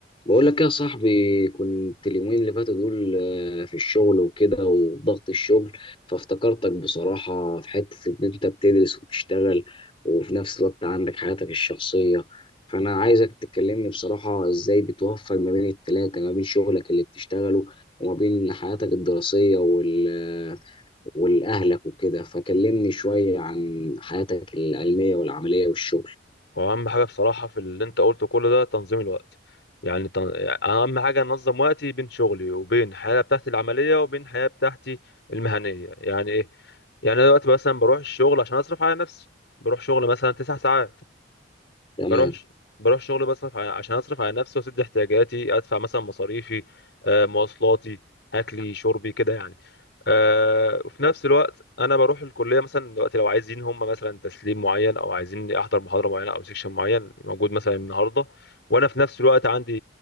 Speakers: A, on the left (about 30°); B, on the left (about 65°).
A: بقول لك يا صاحبي كنت اليومين اللي فاتوا دول آه، في الشغل وكده وضغط الشغل فافتكرتك بصراحة في حتة إن أنت بتدرس وبتشتغل وفي نفس الوقت عندك حياتك الشخصية فأنا عايزك تكلمني بصراحة إزاي بتوفق ما بين التلاتة ما بين شغلك اللي بتشتغله وما بين حياتك الدراسية وال والأهلك وكده فكلمني شوية عن حياتك العلمية والعملية والشغل
B: واهم حاجه بصراحه في اللي انت قلته كل ده تنظيم الوقت يعني تن... اهم حاجه انظم وقتي بين شغلي وبين الحياه بتاعتي العمليه وبين الحياه بتاعتي المهنيه يعني ايه يعني انا دلوقتي مثلا بروح الشغل عشان اصرف على نفسي بروح شغل مثلا تسع ساعات
A: تمام
B: بروح بروح شغل بصرف على... عشان اصرف على نفسي واسد احتياجاتي ادفع مثلا مصاريفي آه، مواصلاتي اكلي شربي كده يعني آه، وفي نفس الوقت انا بروح الكليه مثلا دلوقتي لو عايزين هم مثلا تسليم معين او عايزين احضر محاضره معينه او سيكشن معين موجود مثلا النهارده وانا في نفس الوقت عندي